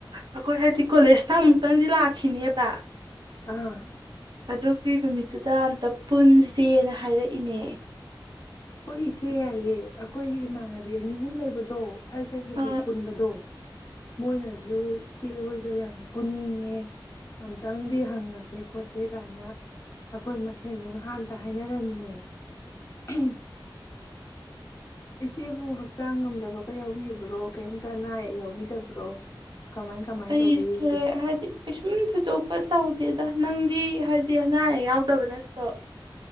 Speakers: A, on the right (about 65°); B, on the left (about 35°).
A: ꯑꯩꯈꯣꯏ ꯍꯥꯏꯗꯤ ꯀꯣꯂꯦꯖꯇ ꯑꯃꯨꯛꯇꯪꯗꯤ ꯂꯥꯛꯈꯤꯅꯦꯕ
B: ꯑꯥ
A: ꯑꯗꯨ ꯀꯔꯤꯕ ꯅꯨꯃꯤꯠꯇꯨꯗ ꯑꯝꯇ ꯄꯨꯟꯁꯦꯅ ꯍꯥꯏꯔꯛꯏꯅꯦ
B: ꯍꯣꯏ ꯏꯆꯦ ꯌꯥꯏꯌꯦ ꯑꯩꯈꯣꯏꯒꯤ ꯏꯃꯥꯟꯅꯕꯤ ꯑꯅꯤ ꯑꯍꯨꯝ ꯂꯩꯕꯗꯣ ꯑꯩꯒ ꯍꯦꯛ
A: ꯑꯥ
B: ꯍꯦꯛ ꯄꯨꯟꯕꯗꯣ ꯃꯣꯏꯅꯁꯨ ꯏꯆꯦ ꯍꯣꯏꯒ ꯌꯥꯝꯅ ꯄꯨꯟꯅꯤꯡꯉꯦ ꯑꯝꯇꯪꯗꯤ ꯍꯪꯉꯁꯦ ꯈꯣꯠꯁꯦ ꯀꯥꯏꯅ ꯑꯩꯈꯣꯏ ꯃꯁꯦꯟꯁꯨ ꯉꯍꯥꯟꯇ ꯍꯥꯏꯅꯔꯝꯃꯤꯅꯦ ꯎꯝ ꯏꯆꯦꯕꯨ ꯍꯛꯆꯥꯡ ꯉꯝꯗꯕꯒ ꯌꯥꯎꯕꯤꯕ꯭ꯔꯣ ꯀꯩꯝꯇ ꯑꯅꯥ ꯑꯌꯦꯛ ꯌꯥꯎꯕꯤꯗꯕ꯭ꯔꯣ ꯀꯃꯥꯏ ꯀꯃꯥꯏꯅ
A: ꯑꯩꯁꯦ
B: ꯇꯧꯕꯤꯔꯤꯒꯦ
A: ꯍꯥꯏꯗꯤ ꯀꯩꯁꯨꯝ ꯊꯣꯏꯗꯣꯛꯄ ꯇꯧꯗꯦꯗ ꯅꯪꯗꯤ ꯍꯥꯏꯗꯤ ꯑꯅꯥ ꯑꯌꯦꯛ ꯌꯥꯎꯗꯕ ꯅꯠꯇ꯭ꯔꯣ